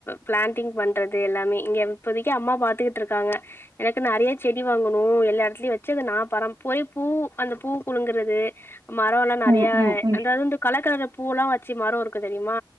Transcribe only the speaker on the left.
பிளாண்டிங் பண்றத் து எல்லாமே இங்க இப்போதைக்கு அம்மா பாத்துகிட்டு இருக்காங்க எனக்கு நெறயா செடி வாங்கணு எல்லா இடத்துலயும் வெச்சு அது நா பராம் போய் பூ அந்த பூ குழுங்குறது மரொலா நெறயா
அந்தா இருந்து கலர் கலரா பூவெலா வெச்சு மரொ இருக்கு தெரிமா